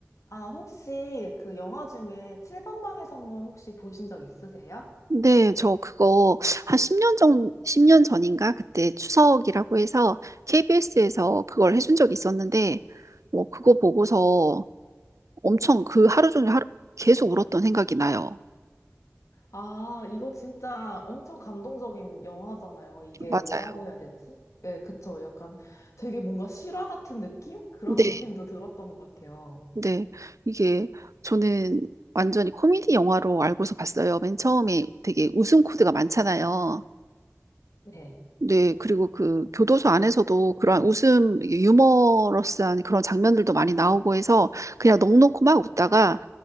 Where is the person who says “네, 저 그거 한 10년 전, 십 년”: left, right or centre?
Right